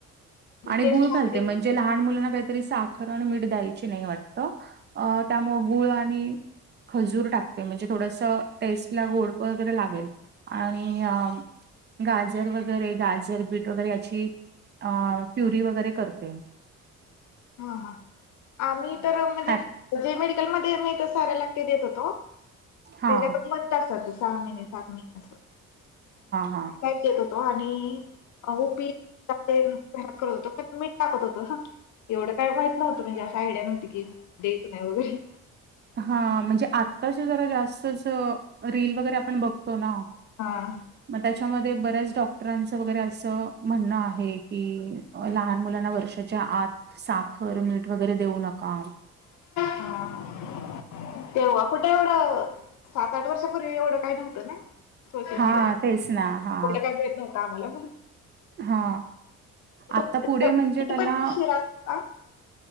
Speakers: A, on the right; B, on the left.
A: आणि
B: टेस्ट
A: गुळालते
B: लागते
A: म्हणजे
B: ना
A: लहान मुलांना काय तरी साखर मीठ द्यायची नाही वाटत अ त्यामुळे गुळ आणि खजूर टाकते म्हणजे थोडस टेस्ट ला गोडप. जर लागेल आणि गाजर वगैरे गाजर बीट वगैरे याची. अ प्युरी वगैरे करते.
B: हा हा आम्ही तर म्हणजे
A: हा
B: जे मेडिकलमध्ये आ म्ही तर साऱ्या लागटे देत होतो.
A: हा
B: त्याच्यावर मंत असतात सहा महिने सात महिने अस.
A: हा
B: हेत होतो आणि उपीत होतो मीठ टाकत होत. एवढं काय माहित नव्हतं म्हणजे असं आयडिया नव्हती की देत नाही वगैरे.
A: हा म्हणजे आत्ताचे जरा जास्तच रील वगैरे आपण बघतो ना.
B: हा.
A: मग त्याच्यामध्ये बऱ्याच डॉक्टरांच वगैरे असं म्हणणं आहे. कि लहान मुलांना वर्षाच्या आत साखर मीठ वगैरे देऊ नका.
B: हा हा तेव्हा कुठं एवढं सात आठ वर्षापूर्वी एवढं काय नव्हतं ना. सोशल
A: हा
B: मीडिया
A: तेच ना
B: कुठलं
A: हा.
B: काही मिळत नव्हतं आम्हाला पण
A: हा
B: तो
A: आता पुढे म्हणजे त्याला.
B: पण शिरा आ.